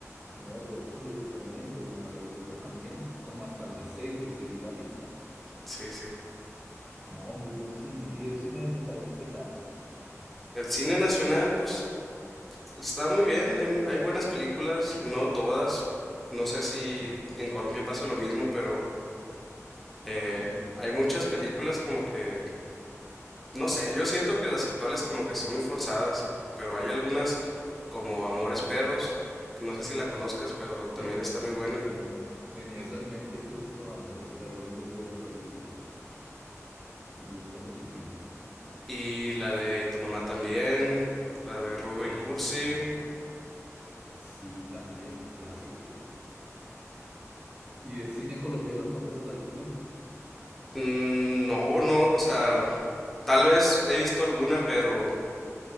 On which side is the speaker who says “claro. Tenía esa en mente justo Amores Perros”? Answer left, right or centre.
Right